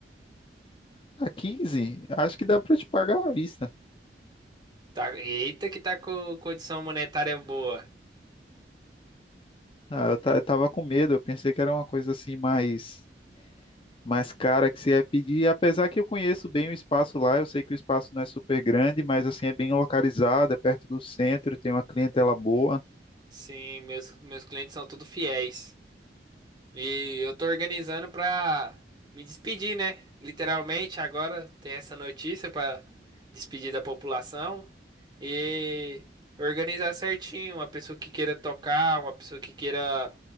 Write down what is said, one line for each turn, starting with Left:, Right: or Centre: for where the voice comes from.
Left: Ah, quinze, Acho que dá para te pagar à vista.
Right: Tá, eita que tá com condição monetária boa.
Left: Ah, eu, ta- eu tava com medo, eu pensei que era uma coisa assim mais mais cara que você ia pedir. Apesar que eu conheço bem o espaço lá, eu sei que o espaço não é super grande, mas assim é bem localizado, é perto do centro, tem uma clientela boa.
Right: Sim, meus, meus clientes são tudo fiéis. E eu tô organizando pra me despedir, né? Literalmente, agora tem essa notícia pra despedir da população e organizar certinho, uma pessoa que queira tocar, uma pessoa que queira